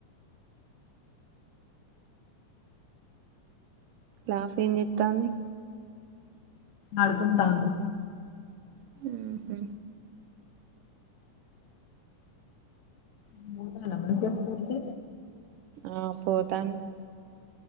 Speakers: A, on the right; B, on the left.
A: లాఫెమ్ ఏం చెత్తంది
B: ఆడుకుంటాన్ది
A: హ్మ్ హు
B: <unintelligible> మనిషోస్తే ఏంటి
A: ఆ పోతాన్